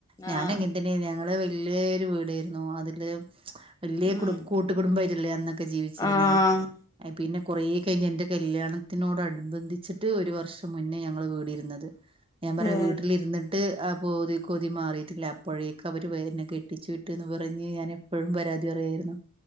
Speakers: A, on the right; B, on the left.
A: ഞാനങ്ങനെ
B: ആഹ്
A: ഞങ്ങള് വെല്യേരു വീടേര്ന്നു അതില് വെല്യേ
B: ഉം
A: കുട് കൂട്ട് കുടുംബായ്റ്റില്ലേ അന്നൊക്കെ ഒക്കെ ജീവിച്ചിരുന്നേ
B: ആഹ്
A: ഏ പിന്നെ കൊറേ കഴിഞ്ഞ് എൻ്റെ കല്യാണത്തിനോടണുബന്ധിച്ചിട്ട് ഒരു വർഷം മുന്നേ ഞങ്ങൾ വീടിരുന്നത് ഞാൻ പറയാ
B: ഏഹ്
A: വീട്ട്ലിര്ന്നിട്ട് ആ പോതി കൊ കൊതി മാറിയിട്ടില്ല അപ്പോഴേക് അവര് എന്നെ കെട്ടിച്ചു വിട്ട്ന്ന് പറഞ്ഞ് ഞാൻ എപ്പഴും പരാതി പറയായിരുന്നു